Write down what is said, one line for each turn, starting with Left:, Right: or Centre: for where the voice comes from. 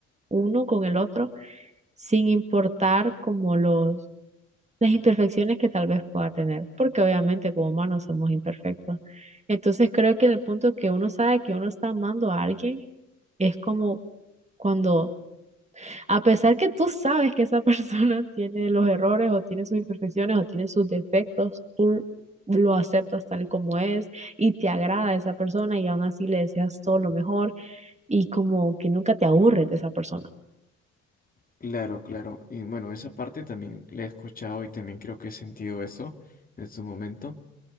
Right: uno con el otro, sin importar como los, las imperfecciones que tal vez pueda tener, porque obviamente como humanos somos imperfectos. Entonces creo que en el punto que uno sabe que uno está amando a alguien, es como cuando, a pesar que tú sabes que esa persona <laughs> tiene los errores o tiene sus imperfecciones o tiene sus defectos, tú lo aceptas tal y como es y te agrada esa persona y aún así le deseas todo lo mejor y como que nunca te aburres de esa persona.
Left: Claro, claro. Y bueno, esa parte también la he escuchado y también creo que he sentido eso en su momento.